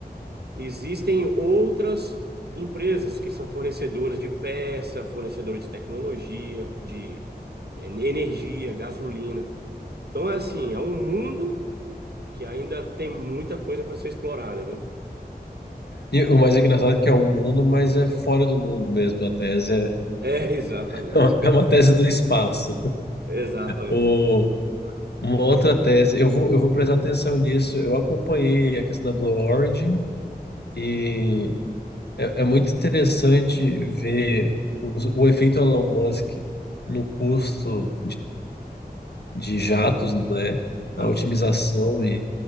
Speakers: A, on the right; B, on the left.
A: existem outras empresas que são fornecedoras de peça, fornecedores de tecnologia, de en- energia, gasolina. Então, é assim, é um mundo que ainda tem muita coisa para ser explorada, viu?
B: E o mais engraçado é que é um mundo, mas é fora do mundo mesmo. A tese é,
A: É, <laughs> exatamente.
B: <laughs> é uma é uma tese do espaço.
A: Exatamente.
B: O, uma outra tese, eu vou, eu vou prestar atenção nisso. Eu acompanhei a questão da Blue Origin e é, é muito interessante ver o, o efeito Elon Musk no custo de jatos, né,
A: Ah,
B: na otimização e,